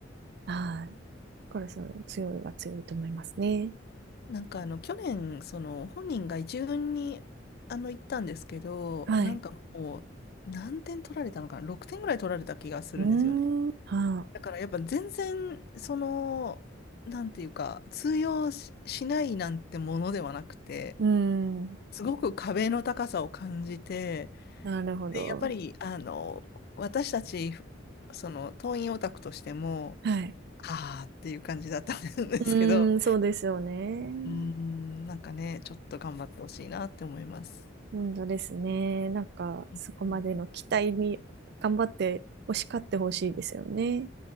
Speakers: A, on the right; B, on the left.
A: はい。これそう、強いは強いと思いますね。
B: なんかあの、去年、その、本人が一軍に、あの、行ったんですけど、
A: はい。
B: なんかもう、何点取られたのかな ?6 点ぐらい取られた気がするんですよね。
A: うーん、はあ、
B: だからやっぱ全然、その、なんていうか、通用し、しないなんてものではなくて、
A: うーん、
B: すごく壁の高さを感じて、
A: なるほど。
B: で、やっぱり、あの、私たち、その、党員オタクとしても、
A: はい。
B: ああっていう感じだったんですけど、
A: うーん、そうですよね。
B: うーん、なんかね、ちょっと頑張ってほしいなって思います。
A: うんとですね。なんか、
B: うん、
A: そこまでの期待に頑張って、押し勝ってほしいですよね。